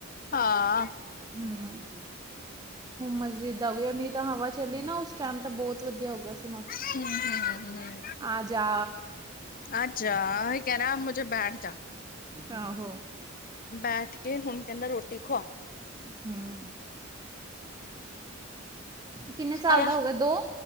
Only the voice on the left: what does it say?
ਹਾਂ।
ਹਮ ਹਮ ਹਮ <unintelligible> <inaudible>
ਆਜਾ ਉਹੀ ਕਹਿ ਰਿਹਾ ਮੁਝੇ ਬੈਠ ਜਾ।
ਬੈਠ ਕੇ ਹੁਣ ਕਹਿੰਦਾ ਰੋਟੀ ਖਵਾ।
ਆਆ!